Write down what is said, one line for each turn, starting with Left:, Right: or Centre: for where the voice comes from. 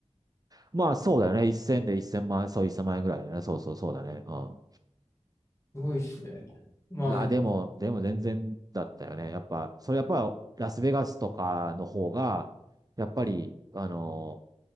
Right: まあそうだよね。1000で1000万円、そう1 0万円ぐらいだよね。そうそうそうだね。うん。
Left: すごいですね。まあでも、
Right: な、でも、でも全然だったよね。やっぱ、それやっぱラスベガスとかの方が、やっぱり、あの、